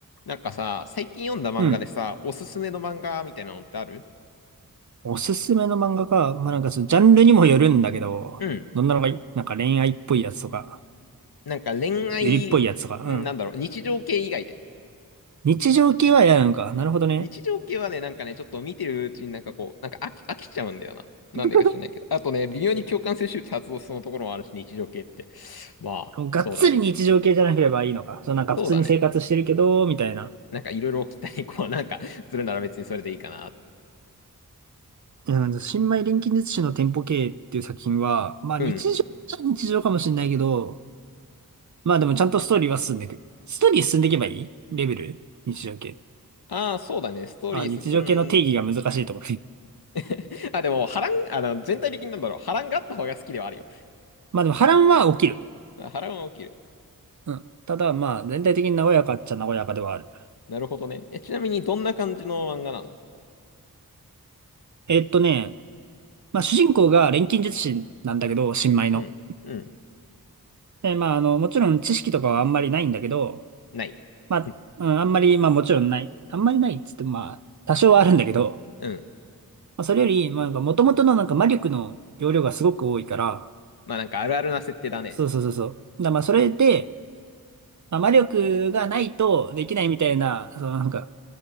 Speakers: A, on the left; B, on the right.
A: なんかさ、最近読んだ漫画でさ、
B: うん。
A: おすすめの漫画みたいなのってある
B: おすすめの漫画か。まあ、なんかそのジャンルにもよるんだけど、
A: うん。
B: どんなのがいいなんか恋愛っぽいやつとか、
A: なんか恋愛、
B: ゆりっぽいやつとか、
A: んなんだろう、
B: うん。
A: 日常系以外で。
B: 日常系は嫌なのか。なるほどね。
A: 日常系はね、なんかね、ちょっと見てるうちになんかこう、なんか飽き、飽きちゃうんだよな。なんでか知らないけど。
B: <laughs>
A: あとね、微妙に共感性周知発動しそうなところもあるし、日常系って。まあ、
B: がっつり日常系じゃなければいいのか。
A: そうだね。
B: そうなんか普通に生活してるけど、
A: そうだね。
B: みたいな。
A: なんかいろいろ期待、こう、なんか、するなら別にそれでいいかなって。
B: うんか新米錬金術師の店舗経営っていう作品は、まあ日常っちゃ日常かもしれないけど、
A: うん。
B: まあでもちゃんとストーリーは進んでいく。ストーリー進んでいけばいいレベル日常系。
A: ああ、そうだね。ストーリー進ん、
B: あ、日常系の定義が難しいと思う。
A: <laughs> あ、でも、波乱、あの、全体的になんだろう、波乱があった方が好きではあるよ。
B: まあでも波乱は起きる。
A: あ波乱は起きる。
B: うん。ただ、まあ、全体的に和やかっちゃ和やかではある。
A: なるほどね。え、ちなみにどんな感じの漫画なの
B: えっとね、まあ、主人公が錬金術師なんだけど、新米の。
A: うん。うん。
B: で、まあ、あの、もちろん知識とかはあんまりないんだけど、
A: ない。
B: まあ、
A: うん
B: うん、あんまり、まあ、もちろんない。あんまりないっつっても、まあ、多少はあるんだけど、
A: うん。
B: まあ、それより、まあ、なんか、元々のなんか魔力の容量がすごく多いから、
A: まあなんかあるあるな設定だね。
B: そうそうそうそう。だからまあ、それで、まあ、魔力がないとできないみたいな、そのなんか、